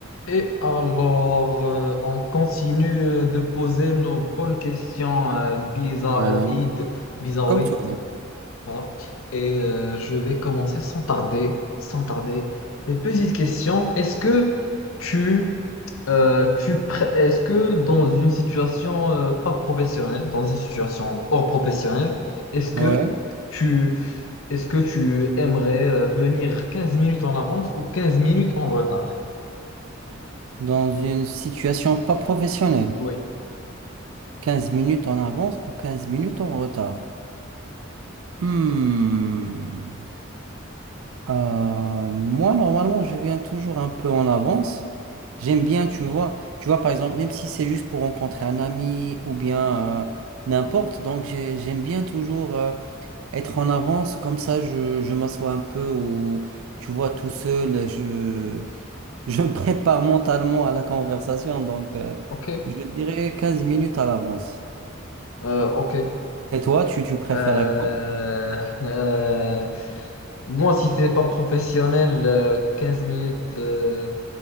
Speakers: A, on the left (about 80°); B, on the right (about 85°).
A: Et alors, euh, on continue euh, de poser nos bonnes questions euh, bizarroïdes,
B: Ouais,
A: bizarroïdes,
B: comme toi.
A: voilà. Et euh, je vais commencer sans tarder, sans tarder. Une petite question, est-ce que tu, euh, tu pré- est-ce que dans une situation euh, pas professionnelle, dans une situation hors professionnelle, est-ce que
B: Ouais.
A: tu, est-ce que tu aimerais euh, venir 15 minutes en avance ou 15 minutes en retard?
B: dans une situation pas professionnelle.
A: Oui.
B: quinze minutes en avance ou 15 minutes en retard. Hmm. Euh, moi, normalement, je viens toujours un peu en avance. J'aime bien, tu vois, tu vois, par exemple, même si c'est juste pour rencontrer un ami ou bien euh, n'importe, donc j'ai- j'aime bien toujours euh, être en avance, comme ça je, je m'assois un peu ou, tu vois, tout seul, je, Je me prépare mentalement à la conversation, donc euh,
A: Ok.
B: je dirais 15 minutes à l'avance.
A: Euh, ok.
B: Et toi, tu, tu préférais
A: Euh,
B: quoi?
A: euh, moi, si c'est pas professionnel, euh, 15 minutes. euh,